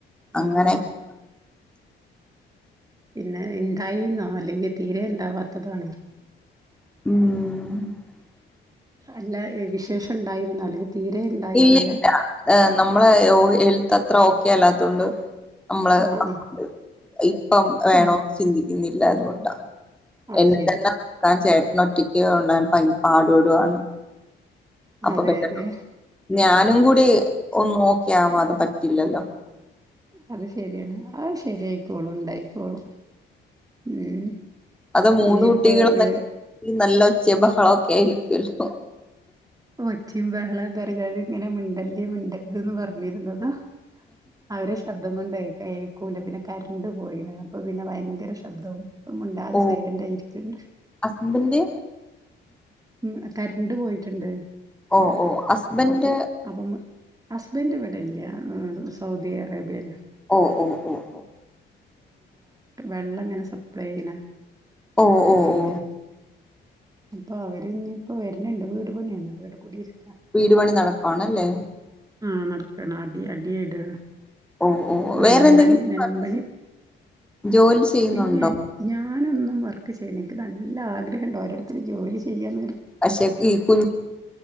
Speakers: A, in the centre; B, on the right.
A: അങ്ങനെയക്കെ
B: ആഹ് പിന്നെ ഉണ്ടായിന്നോ അല്ലെങ്കിൽ തീരെ ഉണ്ടാവാത്തതാണോ
A: ഉം
B: അല്ല വിശേഷം ഉണ്ടായിരുന്നു അല്ലെങ്കിൽ തീരെ ഇണ്ടായിട്ടില്ല
A: ഇല്ല ഇല്ല നമ്മളെ ഓ ഹെൽത്തത്ര ഓ കേല്ലാത്തോണ്ട് നമ്മള്
B: ആഹ് ആഹ്
A: <unintelligible> ഇപ്പം വേണോ
B: ഉം
A: ചിന്തിക്കുന്നി ഇല്ല അതുകൊണ്ടാ
B: അത്
A: എന്നെ
B: ശരി
A: തന്നെ <unintelligible> ചേട്ടനൊറ്റ <unintelligible> പൻ പാട് പെടുവാണ്. അപ്പൊ
B: അതെ
A: <unintelligible>
B: അതെ
A: ഞാനും കൂടി ഒന്നോക്കെയാവാതെ പറ്റില്ലല്ലോ
B: അത് ശരിയാണ് അഹ് ശരിയായിക്കോളും ഉണ്ടായിക്കോളും ഉം
A: അത് മൂന്ന്
B: ഇനിയിപ്പോ
A: കുട്ടികൾന്ന <unintelligible>
B: ഏഹ്
A: നല്ല ഒച്ചയും ബഹളൊക്കെ ആയിരിക്കുവല്ലോ.
B: ഒച്ചിം ബഹള <unintelligible> ഇങ്ങനെ മിണ്ടല്ലി മിണ്ടര്ത് ന്ന് പറഞ്ഞിരുന്നതാ. അവരെ ശബ്ദം കൊണ്ടെയ്, കേക്കൂല പിന്നെ കര്ണ്ട് പോയിണ് അപ്പൊ പിന്നെ ഭയങ്കര ശബ്ദവും പ്പ മുണ്ടാതെ
A: ഓ
B: സൈലന്റ് ആയിരിക്ക്ണ്ട്
A: ഹസ്ബൻഡ്
B: ഉം കര്ണ്ട് പോയിട്ടുണ്ട്
A: ഓ ഓ ഹസ്ബൻ്
B: അപ്പൊ അപ്പം ഹസ്ബൻഡ് ഇവിടെല്ല സൗദി അറേബ്യല
A: ഓ ഓ ഓ ഓ
B: വെള്ളങ്ങനെ സപ്ലൈ ചെയ്യണ
A: ഓ ഓ
B: ജോല്യാ
A: ഓ
B: അപ്പൊ അവര് ഇപ്പ വര്ന്ണ്ട് വീട് പണിയാണ് വീട് കുടിര്
A: വീടുപണി നടക്കുവാണ് ല്ലെ
B: ആഹ നടക്കാണ് അടി അടി ഇടൽ
A: ഓ ഓ
B: നെലമ്പണി
A: വേറെ എന്തെങ്കിലും
B: നെലമ്പണി
A: ജോലി ചെയ്യുന്നുണ്ടോ
B: ഇല്ല ഞാനൊന്നും വർ ക്ക് ചെയ്യന്ക്ക് ൻക്ക് നല്ല ആഗ്രഹണ്ട് ഓരോരുത്തര് ജോലി ചെയ്യണ്
A: പക്ഷെ ഈ കുഞ്ഞു